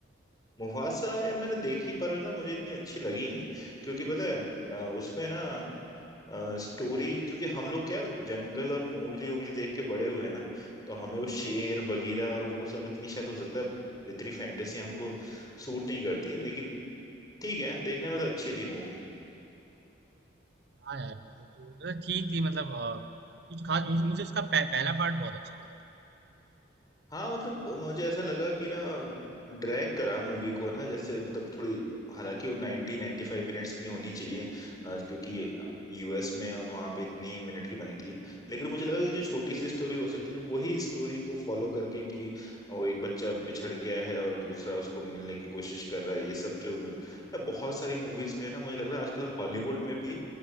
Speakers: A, on the left; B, on the right.
A: मुफासा यार मैंने देखी पर पता है, मुझे इतनी अच्छी लगी नहीं क्योंकि पता है अ, उसमें ना स्टोरी क्योंकि हम लोग क्या है, जंगल और मोगली ओगली देख के बड़े हुए हैं ना तो हमें वो शेर बगीरा और वो सब इतनी शायद हो सकता है इतनी फैंटेसी हमको सूट नहीं करती लेकिन ठीक है देखने में तो अच्छी थी मूवी
B: हाँ यार वो तो मतलब ठीक थी मतलब अ, कुछ खास मुझे मुझे उसका पह, पहला पार्ट बहुत अच्छा लगा था
A: हाँ मतलब मुझे ऐसा लगा कि ना ड्रैग करा मूवी को ना जैसे मतलब थोड़ी हालांकि वो 90 95 मिनट्स की होनी चाहिए अ, क्योंकि यूएस में और वहाँ पे इतनी मिनट की बनती है लेकिन मुझे लगा कि जो छोटी सी स्टोरी हो सकती है ना वही स्टोरी को फॉलो करके कि वो एक बच्चा बिछड़ गया है और दूसरा उसको मिलने की कोशिश कर रहा है ये सब जो अ, बहुत सारी मूवीज में ना मुझे लग रहा है आजकल हॉलीवुड में भी